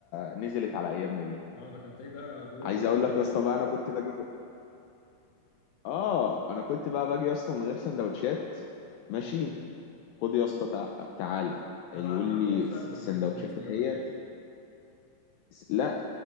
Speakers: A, on the left; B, on the left.
A: نزلت على ايامنا دي
B: آه، ده كان تلاقي ده ابوه
A: عايز
B: مليونير
A: اقول لك يا اسطى بقى انا كنت باجي اه انا كنت بقى باجي يا اسطى من غير سندوتشات ماشي
B: آه.
A: خد يا اسطى تع... تعال يقول
B: العب
A: لي
B: معاك واكسب
A: الس- السندوتشات
B: وتديني سندوتش
A: اهيت الس- لا